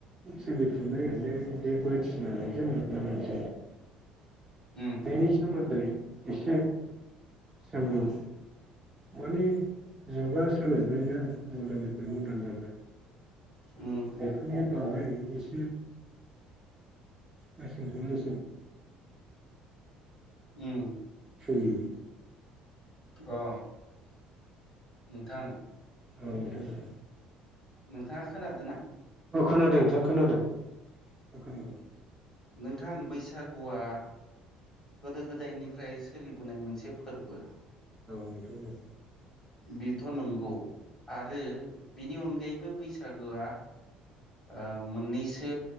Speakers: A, on the right; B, on the left.
A: सोलिफुनाय। बिनो दे बथि होननानैसो नुनो मोनसै।
B: उम
A: बेनि सोमोन्दै एसे। सोंदों माने जुगा सोलायबायना मदनि। दान जाबाय
B: उम
A: बेफोरनि बागायै एसे। <unintelligible>
B: उम
A: सोलियो।
B: अ नोंथां।
A: <unintelligible>
B: नोंथाङा खोनादों ना।
A: अ खोनादों नोंथां खोनादों खोनादों।
B: नोंथां बैसागुआ। गोदो गोदायनिफ्राय सोलिबोनाय मोनसे फोरबो।
A: औ नोंथां औ।
B: बिथ'नांगौ आरो। बिनि अनगायैबो बैसागोआ ओ मोननैसो